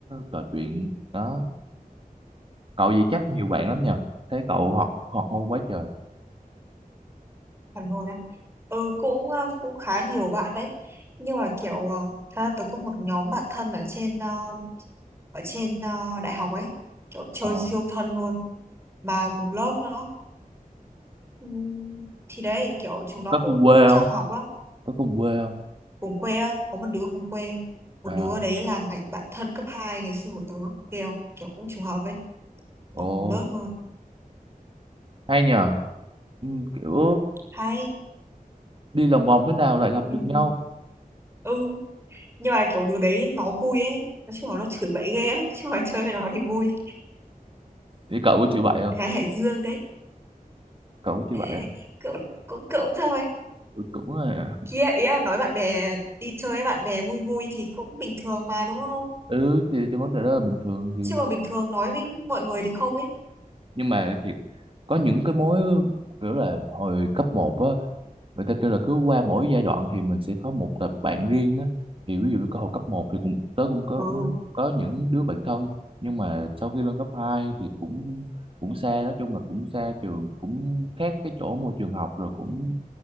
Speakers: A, on the right; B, on the right.
A: trò chuyện đó cậu gì chắc nhiều bạn lắm nhờ thấy cậu học học ngôn quá trời
B: phản hồi đó ừ cũng ờ, cũng khá nhiều bạn đấy nhưng mà kiểu ờ, thật ra tôi có một nhóm bạn thân ở trên ờ, ở trên ờ, đại học ấy kiểu chơi
A: ờ,
B: siêu thân luôn mà cùng lớp nữa ừ, thì đấy kiểu chúng nó
A: có cùng
B: cũng
A: quê
B: chăm
A: không
B: học lắm
A: có cùng quê không
B: cùng quê á có một đứa cùng quê một
A: à,
B: đứa đấy là ngày bạn thân cấp 2 ngày xưa của tớ kiểu kiểu cũng trùng hợp ấy
A: ồ
B: học cùng lớp luôn
A: hay nhờ Ừ, kiểu
B: hay
A: đi lòng vòng thế nào lại gặp
B: ừ.
A: được nhau
B: ừ nhưng mà kiểu đứa đấy nó vui ấy nói chung là nó chửi bậy ghê lắm chứ mà chơi với nó thì vui
A: thì cậu có chịu bậy không
B: gái Hải Dương đấy
A: cậu có chịu bậy
B: Ê,
A: không
B: cũng cũng cũng thôi
A: ừ, cũng là-
B: kia ý là nói bạn bè đi chơi với bạn bè vui vui thì cũng bình thường mà đúng không
A: ừ thì cái vấn đề đó là bình thường thì
B: chứ còn bình thường nói với mọi người thì không ấy
A: nhưng mà thiệt có những cái mối kiểu là hồi cấp một á người ta kêu là cứ qua mỗi giai đoạn thì mình sẽ có một tập bạn riêng á thì ví dụ như có hồi cấp một thì cũng tớ cũng có
B: ừ,
A: có những đứa bạn thân nhưng mà sau khi lên cấp 2 thì cũng cũng xa nói chung là cũng xa trường cũng khác cái chỗ môi trường học rồi cũng